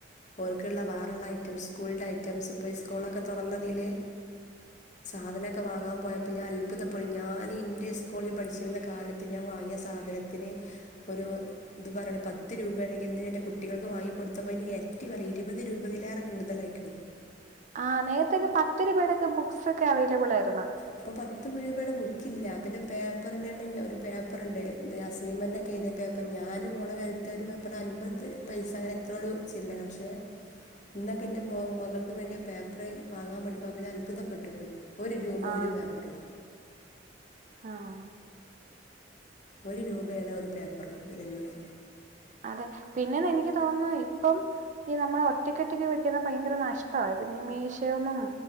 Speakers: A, on the left; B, on the right.
A: ഓൾക്കുള്ള വേറെയുള്ള ഐറ്റംസ് സ്കൂളിന്റെ ഐറ്റംസ് ഇപ്പൊ സ്കൂളൊക്കെ തുറന്നതിലല് സാധനക്കെ വാങ്ങാൻ പോയപ്പോ ഞാൻ അത്ഭുതപ്പെ അപ്പോൾ ഞാനിൻ്റെ സ്കൂളിൽ പഠിച്ചിരുന്ന കാലത്ത് ഞാൻ വാങ്ങിയ സാധനത്തിന് ഒരു ഇത് പറയാണ് പത്ത് രൂപയാണെങ്കിൽ ഇന്ന്ൻ്റെ കുട്ടികൾക്ക് വാങ്ങിക്കൊടുത്തപ്പോൾ അയ്ന് എരട്ടി വെലയ ഇരുപത് രൂപ ലെറെ കൂടുതലായിരിക്കുന്നു.
B: ആഹ് നേരത്തേക്കെ പത്ത് രൂപേയുടെക്കെ ബുക്സ് ഒക്കെ അവൈലബിൾ ആയിരുന്നു
A: അപ്പൊ പത്ത് രൂപയുടെ ബുക്കില്ല. പിന്നെ പേപ്പറിനന്നെ ഒരു പേപ്പർണ്ട് അസൈൻമെന്റ് ഒക്കെ എയ്ത പേപ്പർ ഞാന് പോണ കാലത്ത് ഒരു പേപ്പറിന് അൻപത് പൈസ അങ്ങനെ എത്രയൊ രു ചില്ലറെ പക്ഷെ ഇന്നൊക്കെ എന്റെ മോ മകൾക്ക് വേണ്ടിയ പേപ്പറ് വാങ്ങാൻ വേണ്ടി പോയപ്പെ അത്ഭുതപ്പെട്ടു പോയി. ഒരു രൂപ
B: ആ
A: ഒരു അഹ്
B: ആഹ്
A: ഒരു രൂപയാണ് ഒരു പേപ്പറിന് വരുന്നത്.
B: അതെ പിന്നെന്ന് എനിക്ക് തോന്നുന്നു ഇപ്പം ഈ നമ്മള ഒറ്റക്കറ്റക്ക് വേടിക്കുന്നത് ഭയങ്കര നഷ്ട്ട പിന്നെ ഈ മീഷോയൊന്നും